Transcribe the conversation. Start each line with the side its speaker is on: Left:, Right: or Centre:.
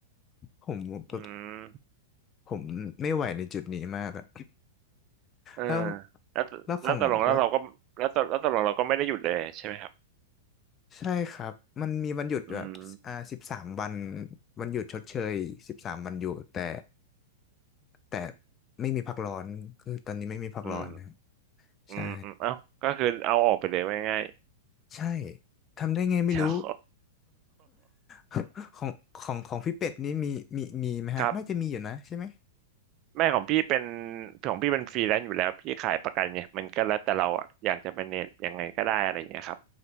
Left: ผมแบบ
Right: อืม
Left: ผมไม่ไหวในจุดนี้มากอะ
Right: เออ
Left: แล้ว
Right: แล้วแล้วตกลงแล้วเราก็แล้วตแล้วตกลงเราก็ไม่ได้หยุดเลยใช่ไหมครับ
Left: แล้วของแล้วใช่ครับมันมีวันหยุดแบบอ่าสิบสามวัน
Right: อืม
Left: วันหยุดชดเชยสิบสามวันหยุดแต่แต่ไม่มีพักร้อนคือตอนนี้ไม่มีพักร้อนนะ
Right: อืมอืมอืมเอ้าก็คือเอาออกไปเลยว่าง่าย
Left: ใช่ใช่ทำได้ไงไม่รู้
Right: ๆ <laughs> เดี๋ยว
Left: <laughs> ของของของพี่เป็ดนี่มีมีมีไหมฮะน่าจะมีอยู่นะใช่ไหม
Right: ครับแม่ของพี่เป็นของพี่เป็นฟรีแลนซ์อยู่แล้วพี่ขายประกันไงมันก็แล้วแต่เราอะอยากจะเป็นเน็ตยังไงก็ได้อะไรอย่างเงี้ยครั